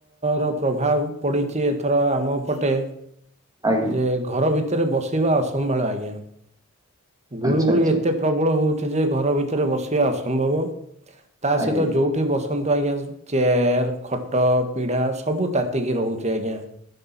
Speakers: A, on the right; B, on the right.
A: ର ପ୍ରଭାବ ପଡ଼ିଛି ଏଥର ଆମ ପଟେ
B: ଆଜ୍ଞା
A: ଯେ ଘର ଭିତରେ ବସିବା ଅସମ୍ଭାଳ ଆଜ୍ଞା ଗୁଳୁଗୁଳି
B: ଆଚ୍ଛା ଆଚ୍ଛା
A: ଏତେ ପ୍ରବଳ ହଉଛି ଯେ ଘର ଭିତରେ ବସିବା ଅସମ୍ଭବ ତା
B: ଆଜ୍ଞା
A: ସହିତ ଯୋଉଠି ବସ ଦେଖନ୍ତୁ ଆଜ୍ଞା ଚେୟାର ଖଟ ପିଢା଼ ସବୁ ତାତିକି ରହୁଛି ଆଜ୍ଞା।